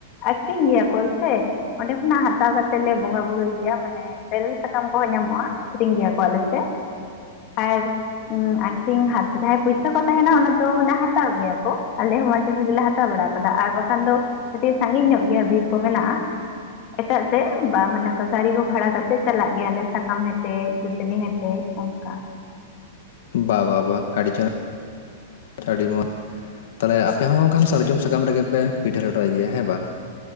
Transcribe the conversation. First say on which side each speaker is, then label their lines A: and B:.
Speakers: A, on the left (about 30°); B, on the left (about 60°).
A: ᱟᱠᱷᱨᱤᱧ ᱜᱮᱭᱟ ᱠᱚ ᱥᱮ ᱚᱸᱰᱮ ᱠᱷᱚᱱᱟᱜ ᱦᱟᱛᱟᱣ ᱠᱟᱛᱮᱜ ᱞᱮ ᱵᱚᱸᱜᱟ ᱵᱩᱨᱩᱭ ᱜᱮᱭᱟ ᱢᱟᱱᱮ ᱛᱮᱨᱮᱞ ᱥᱟᱠᱟᱢ ᱠᱚᱸᱦᱚᱸ ᱧᱟᱢᱚᱜ-ᱟ ᱟᱠᱹᱷᱨᱤᱧ ᱜᱮᱭᱟ ᱠᱚ ᱟᱞᱮ ᱥᱮᱜ ᱟᱨ ᱩ ᱟᱠᱷᱨᱤᱧ ᱦᱟᱛ ᱡᱟᱦᱟᱸᱭ ᱯᱚᱭᱥᱟ ᱠᱚ ᱛᱟᱦᱮᱱᱟ ᱚᱱᱟ ᱫᱚ ᱢᱟᱱᱮ ᱦᱟᱛ ᱦᱟᱛᱟᱣ ᱜᱮᱭᱟ ᱠᱚ ᱟᱞᱮ ᱦᱚᱸ ᱴᱟᱡᱮ ᱥᱟᱡᱮ ᱞᱮ ᱦᱟᱛᱟᱣ ᱵᱟᱲᱟ ᱠᱟᱫᱟ ᱟᱨ ᱵᱟᱠᱷᱟᱱ ᱫᱚ ᱠᱟᱴᱤᱡ ᱥᱟᱺᱜᱤᱧ ᱧᱚᱜ ᱜᱮᱭᱟ ᱵᱤᱨ ᱠᱚ ᱢᱮᱱᱟᱜ-ᱟ ᱮᱴᱟᱜ ᱥᱮᱫ ᱵᱟ ᱢᱟᱱᱮ ᱚᱱᱠᱟ ᱜᱟᱲᱤ ᱠᱚ ᱵᱷᱟᱲᱟ ᱠᱟᱛᱮᱫ ᱪᱟᱞᱟᱜ ᱜᱮᱭᱟᱞᱮ ᱥᱟᱠᱟᱢ ᱦᱮᱴᱮᱡ ᱫᱟᱹᱛᱟᱹᱱᱤ ᱦᱮᱴᱮᱡ ᱚᱝᱠᱟ
B: ᱵᱟ ᱵᱟ ᱵᱟ ᱟᱰᱤ ᱪᱮᱦᱨᱟ ᱟᱰᱤ ᱢᱚᱡ ᱛᱟᱦᱞᱮ ᱟᱯᱮ ᱦᱚᱸ ᱠᱷᱟᱱ ᱥᱟᱨᱡᱚᱢ ᱥᱟᱠᱟᱢ ᱨᱮᱜᱮ ᱯᱮ ᱯᱤᱴᱷᱟᱹ ᱞᱮᱴᱚᱭ ᱜᱮᱭᱟ ᱦᱮᱸ ᱵᱟᱝ